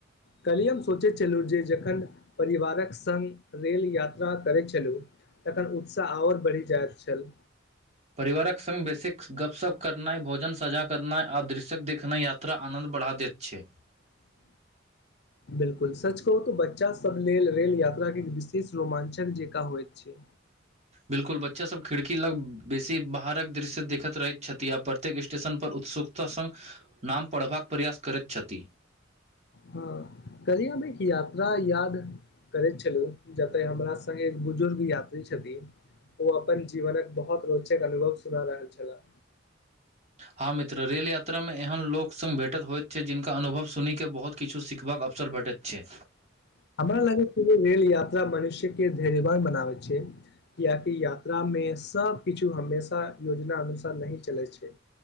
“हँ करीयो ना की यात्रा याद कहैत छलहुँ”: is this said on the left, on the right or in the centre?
Left